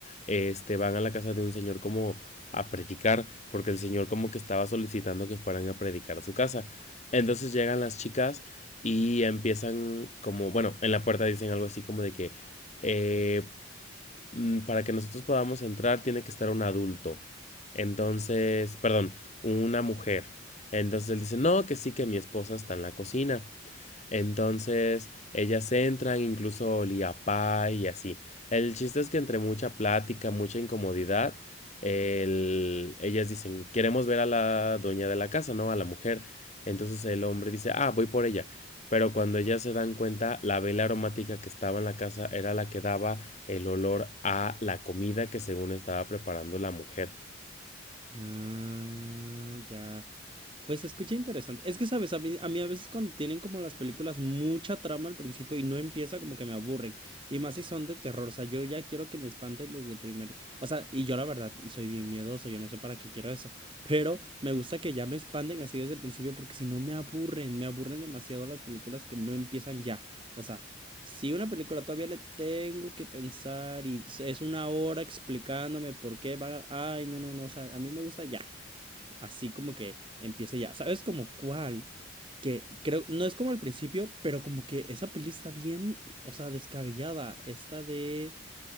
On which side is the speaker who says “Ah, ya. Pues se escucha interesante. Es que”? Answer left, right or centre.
Right